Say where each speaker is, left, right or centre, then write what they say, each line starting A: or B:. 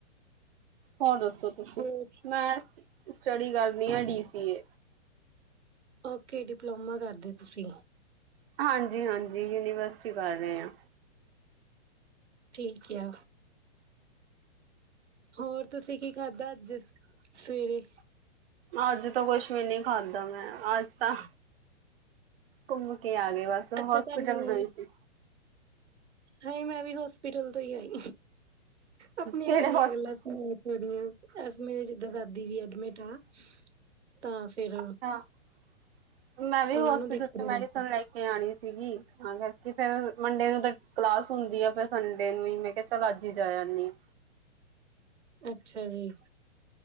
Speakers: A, on the right; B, on the right.
A: ਹੋਰ ਦੱਸੋ ਤੁਸੀਂ।
B: ਹੋਰ
A: ਮੈਂ- ਸਟਡੀ ਕਰਨੀ ਆ D C A.
B: Okay diploma ਕਰਦੇ ਤੁਸੀਂ।
A: ਹਾਂਜੀ -ਹਾਂਜੀ ਯੂਨੀਵਸਟੀ ਕਰ ਰਏ ਆਂ।
B: ਠੀਕ ਆ। ਹੋਰ ਤੁਸੀਂ ਕੀ ਖਾਧਾ ਅੱਜ? ਸਵੇਰੇ।
A: ਅੱਜ ਤਾਂ ਕੁਛ ਵੀ ਨੀ ਖਾਧਾ ਮੈਂ ।ਅੱਜ ਤਾਂ- ਘੁੰਮ ਕੇ ਆ ਗਏ ਬਸ।
B: ਅੱਛਾ
A: ਹੋਸਪਿਟਲ
B: ਤੁਹਾਨੂੰ
A: ਗਈ ਸੀ।
B: ਹਾਏ -ਮੈਂ ਵੀ ਹੋਸਪਿਟਲ ਤੋਂ ਈ ਆਈ ਆਪਣੀਆਂ
A: ਕਿਹੜੇ
B: ਕਿੰਨੀਆਂ
A: ਹੋਸਪਿਟਲ
B: ਗੱਲਾਂ ਸੁਣੋ ਅੱਜ। ਕੇਰੀਆ ਅਸ ਮੇਰੇ ਜਿੱਦਾ ਦਾਦੀ ਜੀ ਐਡਮਿਟ ਆ। ਤਾਂ ਫਿਰ
A: ਅੱਛਾ- ਮੈਂ
B: ਉਹਨਾਂ
A: ਵੀ ਹੋਸਪਿਟਲ
B: ਨੂੰ ਦੇਖਣ
A: 'ਚੋ ਮੈਡੀਸਨ
B: ਗਏ ਸੀ
A: ਲੈਕੇ ਆਣੀ। ਸੀਗੀ ਤਾਂ ਕਰਕੇ ਫਿਰ ਮੰਡੇ ਨੂੰ ਤਾ ਕਲਾਸ ਹੁੰਦੀ ਆ ਫਿਰ ਸੰਡੇ ਨੂੰ ਹੀ ਮੈਂ ਕਿਹਾ ਚੱਲ ਅੱਜ ਹੀ ਜਏ ਆਨੀ ਆ।
B: ਅੱਛਾ ਜੀ।